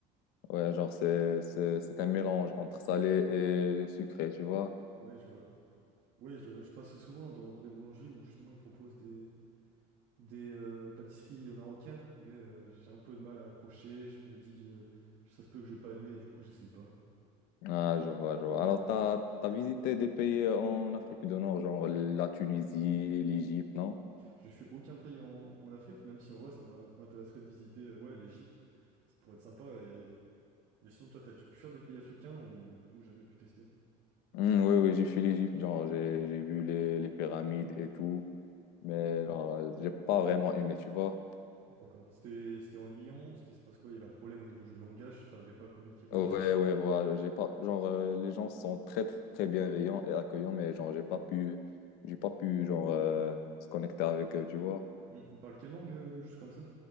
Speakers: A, on the left (about 65°); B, on the right (about 50°).
A: Ouais, genre, c'est c'est- c'est un mélange entre salé et sucré, tu vois.
B: Ouais, je vois. Ouais, je, je passe souvent dans, dans des boulangeries où justement ils proposent des, des euh, pâtisseries euh, marocaines, mais euh, j'ai un peu de mal à accrocher. Je me dis, euh, ça se peut que je vais pas aimer, et du coup, j'essaye pas.
A: Ah, je vois, je vois. Alors, t'as t'as visité des pays euh, en Afrique du Nord, genre la Tunisie, l'Égypte, non?
B: J'ai fait aucun pays en, en Afrique, même si en vrai, ça m'in- m'intéresserait de visiter euh, ouais, l'Égypte. Ça pourrait être sympa. Et... Mais sinon, toi, t'as déjà pu faire des pays africains ou, ou jamais pu tester?
A: Hmm, oui, oui, j'ai fait l'Égypte, genre, j'ai j'ai vu les, les pyramides et tout. mais genre, euh, j'ai pas vraiment aimé, tu vois.
B: D'accord. C'était c'était ennuyant, c'était se passe quoi? Il y avait un problème au niveau du langage, t'arrivais pas à communiquer avec
A: Ouais,
B: eux.
A: ouais, voilà, j'ai pas, genre, euh, les gens sont très, très bienveillants et accueillants, mais genre, j'ai pas pu, j'ai pas pu, genre, euh, se connecter avec eux, tu vois.
B: Hmm, Ils parlent quelle langue, euh, juste comme ça?